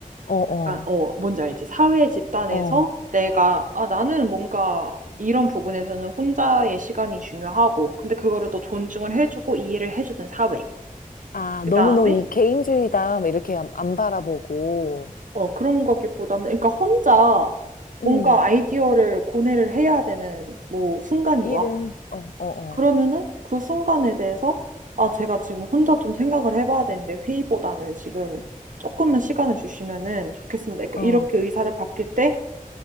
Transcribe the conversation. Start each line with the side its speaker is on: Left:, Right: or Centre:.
Left: 어, 어,
Right: 약간, 어, 뭔지 알지? 사회 집단에서
Left: 어.
Right: 내가, 아, 나는 뭔가 이런 부분에서는 혼자의 시간이 중요하고, 근데 그거를 또 존중을 해주고 이해를 해주는 사회.
Left: 아,
Right: 그
Left: 너무
Right: 다음에,
Left: 너 이 개인주의다, 막 이렇게 안, 안 바라보고,
Right: 어, 그런 거기보다는, 그러니까 혼자 뭔가
Left: 음,
Right: 아이디어를 고뇌를 해야 되는 뭐 순간이
Left: 일은,
Right: 와.
Left: 어, 어,
Right: 그러면은 그 순간에 대해서, 아, 제가 지금 혼자 좀 생각을 해봐야 되는데 회의보다는 지금 조금만 시간을 주시면은 좋겠습니다. 그러니까
Left: 어,
Right: 이렇게
Left: 어,
Right: 의사를 바뀔 때